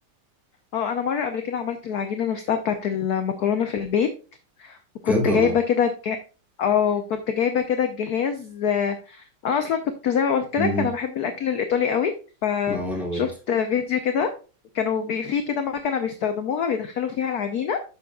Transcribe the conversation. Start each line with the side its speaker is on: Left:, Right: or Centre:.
Left: اه انا مرة قبل كده عملت العجينة نفسها بتاعة المكرونة في البيت وكنت
Centre: بجد والله
Left: جايبة كده الج- اه كنت جايبة كده الجهاز آه، انا اصلا كنت زي ما قلت لك
Centre: امم
Left: انا بحب الاكل الايطالي قوي فشفت
Centre: ما هو انا برضه
Left: فيديو كده كانوا بي- في كده مكنة بيستخدموها بيدخلوا فيها العجينة